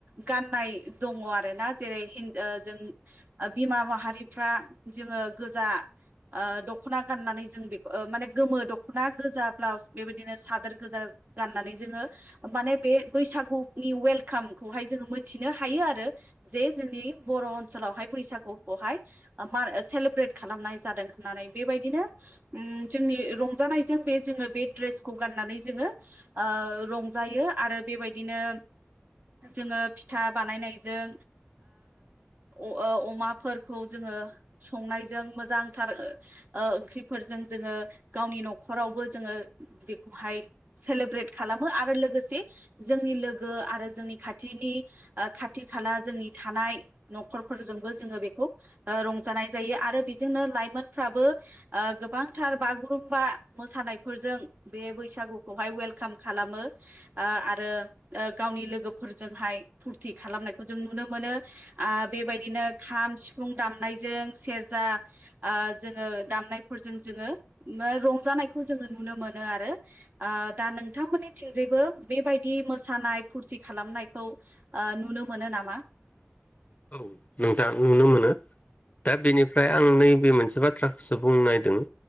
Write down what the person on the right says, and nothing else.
गाननाय दङ आरोना जेरै हिन ओ जों बिमा माहारि फ्रा जोङो गोजा ओ दख'ना गाननानै जों बेखौ माने गोमो दख'ना गोजा ब्लाउस बेबायदिनो सादोर गोजा गाननानै जोङो माने बे बैसागुनि वेलकामखौहाय जों जोङो मिथिनो हायो आरो जे जोंनि बर' ओनसोलावहाय बैसागुखौहाय मा सेलेब्रेट खालामनाय जादों होननानै बेबायदिनो जोंनि रंजानायजों बे जोङो बे द्रेसखौ गाननानै जोङो रंजायो आरो बेबायदिनो जोङो फिथा बानायनायजों ओ अमाफोरखौ जोङो संनायजों मोजांथार ओ ओंख्रिफोरजों जोङो गावनि न'खरावबो जोङो बेखौहाय सेलेब्रेट खालामो आरो लोगोसे जोंनि लोगो आरो जोंनि खाथि नि खाथि खाला जोंनि थानाय न'खरफोरजोंबो जोङो बेखौ ओ रं जानाय जायो आरो बेजोंनो लाइमोनफ्राबो ओ गोबांथार बागुरुम्बा मोसानायफोर जों बे बैसागुखौहाय वेलकाम खालामो ओ आरो गावनि लोगोफोरजों हाय फुरति खालामनायखौ जों नुनो मोनो ओ बेबायदिनो खाम सिफुं दाम दामनायजों सेरजा ओ जोङो दामनायफोरजों जोङो रंजानायखौ जों नुनो मोनो आरो ओ दा नोंथांमोननि थिंजायबो बेबायदि मोसानाय फुरथि खालाम खालामनायखौ ओ नुनो मोनो नामा